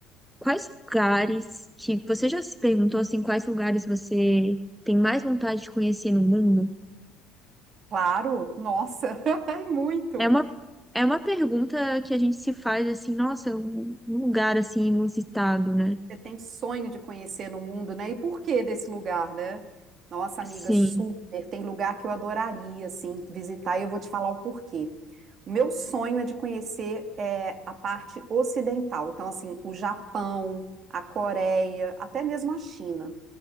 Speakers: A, in the centre; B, on the right (about 45°).
A: quais lugares que você já se perguntou assim, quais lugares você tem mais vontade de conhecer no mundo?
B: Claro, nossa, <laughs> é muito.
A: É uma, é uma pergunta que a gente se faz assim, nossa, um um lugar assim inusitado, né?
B: Você tem sonho de conhecer no mundo, né? E por que desse lugar, né? Nossa, amiga,
A: Sim.
B: super. Tem lugar que eu adoraria, assim, visitar e eu vou te falar o porquê. O meu sonho é de conhecer é, a parte ocidental, então, assim, o Japão, a Coreia, até mesmo a China.